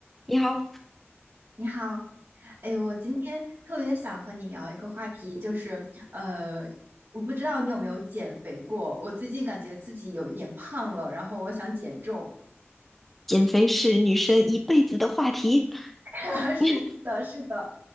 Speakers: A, in the centre; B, on the right.
A: 你好，
B: 你好，哎，我今天特别想和你聊一个话题，就是，呃，我不知道你有没有减肥过，我最近感觉自己有一点胖了，然后我想减重。
A: 减肥是女生一辈子的话题。
B: <laughs> 是的，
A: <laughs>
B: 是的，